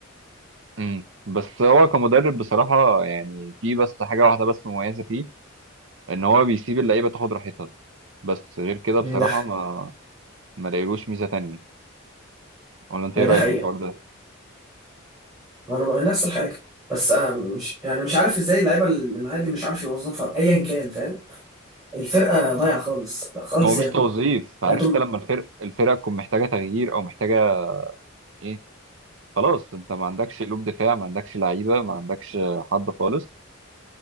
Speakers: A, on the right (about 65°); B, on the right (about 20°).
A: امم بس هو كمدرب بصراحه يعني في بس حاجه واحده بس مميزه فيه ان هو بيسيب اللعيبه تاخد راحتها بس غير كده
B: أمم،
A: بصراحه
B: ده
A: ما ما لاقيلوش ميزه تانية ولا انت
B: ما
A: ايه
B: ده
A: رايك
B: حقيقة
A: في الحوار ده
B: ما أنا نفس الحاجة بس أنا مش يعني مش عارف إزاي اللعيبة اللي معايا دي مش عارف يوظفها أيا كان فاهم الفرقة ضايعة خالص لا خالص
A: هو مش
B: يعني
A: توظيف عارف
B: أنتم
A: انت لما الفرق الفرقه تكون محتاجه تغيير او محتاجه ايه خلاص انت ما عندكش قلوب دفاع ما عندكش لعيبه ما عندكش حد خالص